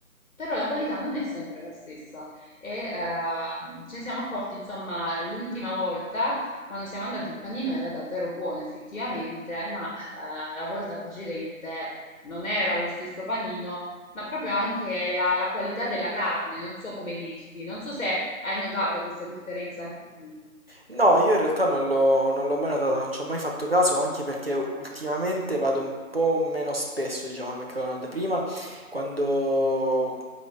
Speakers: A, on the left; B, on the right.
A: però la qualità non è sempre la stessa. E ehm, ce ne siamo accorti, insomma, l'ultima volta quando siamo andati il panino era davvero buono effettivamente, ma eh, la volta precedente non era lo stesso panino. Ma proprio anche la, la qualità della carne, non so come dirti, non so se hai notato questa differenza anche tu.
B: No, io in realtà non l'ho non l'ho mai notato, non ci ho mai fatto caso, anche perché u- ultimamente vado un po' meno spesso, diciamo, al McDonald's. Prima, quando...